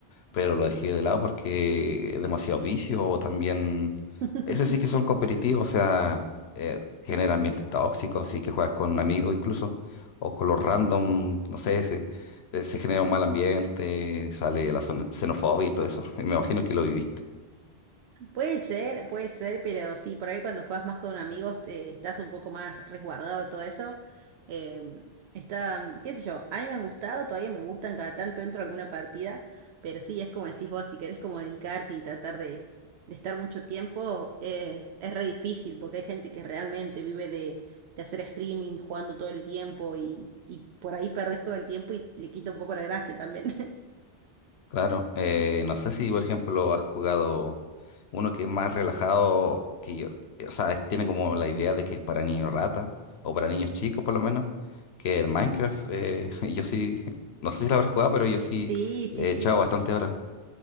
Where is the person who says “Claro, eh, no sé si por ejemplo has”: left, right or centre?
Left